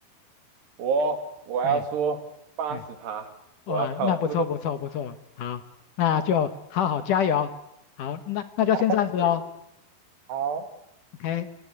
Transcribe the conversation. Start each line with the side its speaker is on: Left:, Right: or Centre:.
Right: 我我要说八十趴，
Left: 哎、嗯。哇，
Right: 我要靠，
Left: 那不错不错不错，
Right: 如果
Left: 好，那就好好加油，好，那那就先这样子哦
Right: 啊是好。
Left: ，OK。